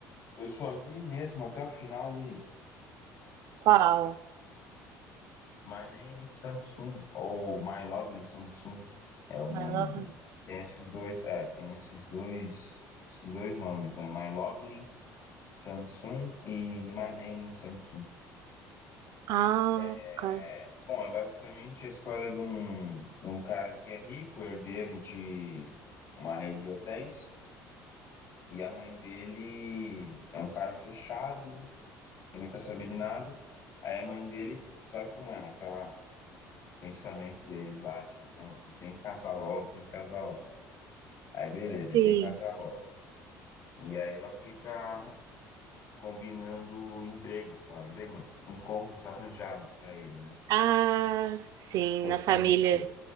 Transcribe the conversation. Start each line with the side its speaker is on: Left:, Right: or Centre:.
Left: Eu só vi mesmo até o final um.
Right: Qual?
Left: My Name is Samsung, ou My Lovely Samsung, é o
Right: My
Left: nome
Right: Love.
Left: do... Tem esses dois, é, tem esses dois, esses dois nomes, né? My Lovely Samsung e My Name is Samsung.
Right: Ah,
Left: É,
Right: cara.
Left: bom, é basicamente a história de um, de um cara que é rico, herdeiro de uma rede de hotéis, e a mãe dele é um cara fechado, que não quer saber de nada. Aí a mãe dele, sabe como é, né? Aquela pensamento deles lá, tipo, não, ele tem que casar logo, tem que casar logo. Aí beleza,
Right: Sim.
Left: ele tem que casar logo. E aí ela fica combinando emprego, ah, emprego não, encontros arranjados pra ele, né?
Right: Ah, sim,
Left: Forçando
Right: na família.
Left: emprego.